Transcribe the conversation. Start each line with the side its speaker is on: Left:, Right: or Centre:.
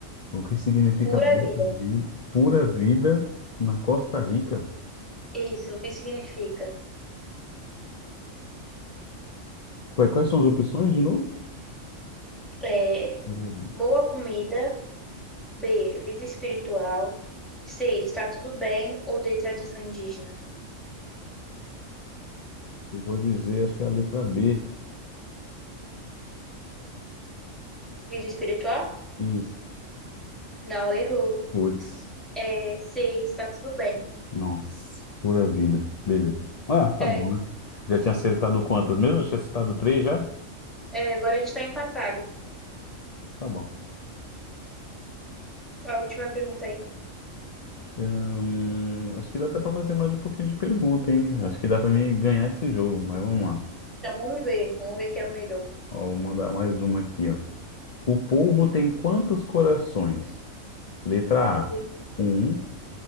Left: O que significa
Centre: pura
Left: boa
Centre: vida.
Left: vida? Pura vida na Costa Rica?
Centre: Isso, o que significa?
Left: Ué, quais são as opções de novo?
Centre: É,
Left: Eu
Centre: boa comida. B, vida espiritual. C, está tudo bem ou de tradição indígena?
Left: eu vou dizer, acho que é a letra B.
Centre: Vida espiritual?
Left: Isso.
Centre: Não, errou.
Left: Putz.
Centre: É, C, está tudo bem.
Left: Nossa, pura vida. Beleza. Ah, tá
Centre: É,
Left: bom, né? Já tinha acertado quantas mesmo? Já tinha acertado três já?
Centre: é, agora a gente está empatado.
Left: Tá bom.
Centre: A última pergunta aí.
Left: Hum, acho que dá até pra fazer mais um pouquinho de pergunta, hein? Acho que dá pra mim ganhar esse jogo, mas vamos lá.
Centre: Então vamos ver, vamos ver quem é o melhor.
Left: Ó, vou mandar mais uma aqui, ó. O polvo tem quantos corações? Letra
Centre: Meu
Left: A,
Centre: Deus.
Left: um.